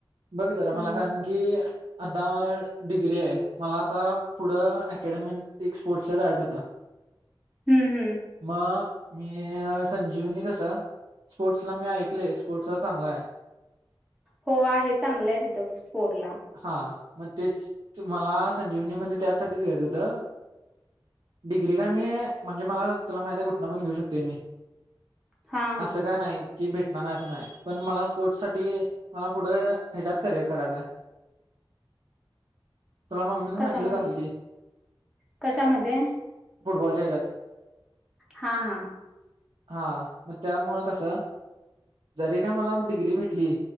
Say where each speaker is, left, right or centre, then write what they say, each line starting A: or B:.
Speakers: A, on the right; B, in the centre.
A: बघ जरा मला
B: हम्म
A: कारण की आता डिग्री आहे मला आता पुढं अकॅडमी ते स्पोर्ट लक्ष द्यायचं होतं
B: हम्म हम्म
A: मग मी संजीवनी कसा स्पोर्ट्सला मी ऐकलय स्पोर्ट्स चांगला आहे.
B: हो आहे चांगलंय तिथं स्पोर्टसला.
A: हा मग तेच मला संजीवनी मध्ये त्याचसाठीच घ्यायच होतं. डिग्री का मी म्हणजे मला तुला माहित आहे कुठनं पण घेऊ शकते मी.
B: हा हा
A: असं का नाही कि भेटणार नाही. असं नाही पण मला स्पोर्ट्स साठी मला पुढं हच्यात करिअर करायचं आहे. तुला मम्मीने
B: कशामध्ये
A: सांगितलंच असेल की,
B: कशामध्ये
A: फुटबॉलच्या ह्याच्यात.
B: हा हा.
A: हा मग त्यामुळे कस जरी काय मला डिग्री भेट ली